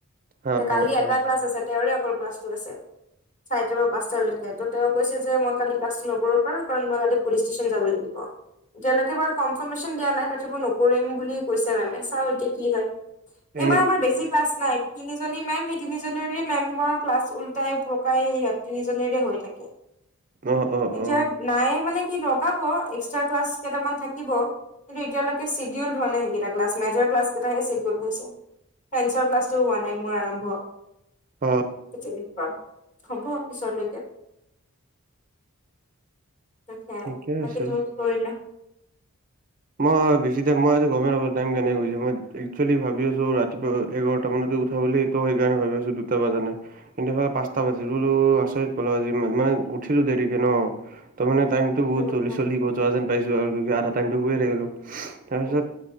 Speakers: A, on the right; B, on the left.
A: অ
B: কালি
A: অ
B: এটা
A: অ
B: ক্লাছ আছে তেওঁৰে অকল ক্লাছটো আছে চাৰিটাৰ পৰা পাচটালৈকে তো' তেওঁ কৈছে যে মই কালি ক্লাছ নকৰিব পাৰো কাৰণ মই কালি পুলিচ ষ্টেচন যাব লাগিব। এতিয়ালৈকে বাৰু কনফাৰ্মেচন দিয়া নাই তথাপিও নকৰিম বুলি কৈছে মেমে চাও এতিয়া কি হয়।
A: এনে
B: এইবাৰ আমাৰ বেছি ক্লাছ নাই তিনিজনী মেম সেই তিনিজনী মেমৰ ক্লাছ উল্টাই পকাই, সিহঁত তিনিজনীৰে হৈ থাকে।
A: অহ, অহ,
B: এতিয়া
A: অহ,
B: নাই মানে কি লগাব, এক্সট্ৰা ক্লাছ কেইটামান থাকিব। কিন্ত এতিয়ালৈকে চিডিউল হোৱা নাই, সেইকেইটা ক্লাচ মেজৰ ক্লাছ কেইটাহে চিডিউল হৈছে। চাইনঞ্চৰ ক্লাছটো হোৱা নাই, মোৰ আৰম্ভ।
A: অ অ
B: সেই, তেনেকুৱা, হ'ব পিছলৈকে। তকে
A: ঠিকে
B: বাকী,
A: আছে
B: তুমি কি কৰিলা?
A: মই বেছি টাইম, মই আজি গমেই নাপালো টাইম কেনেকৈ গৈছে, মই এক্সুৱেলী ভাবি আছো, ৰাতিপুৱা এঘাৰটামানতে উঠা বুলি। ত, সেইকাৰণে ভাবি আছো, দুটা বজা নাই। কিন্তু ইফালে পাঁচটা বাজিল, বোলো আচৰিত পালো আজি মানে উঠিলো দেৰিকে ন, ত, মানে টাইম টো, বহুত
B: উম উম
A: জল্দি চলি যোৱা যেন পাইছো, আৰু আধা টাইমটো শুয়ে থাকিলো, তাৰ পিছত
B: উম